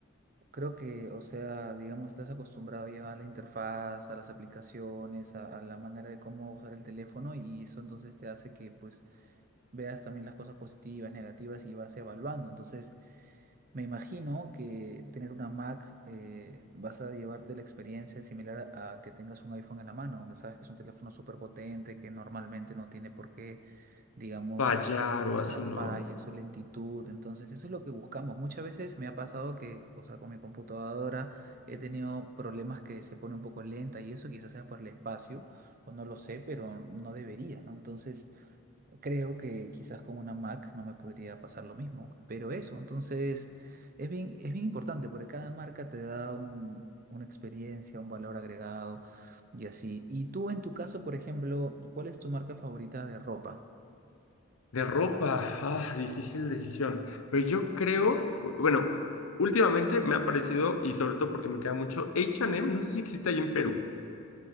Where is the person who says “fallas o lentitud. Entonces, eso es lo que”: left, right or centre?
Right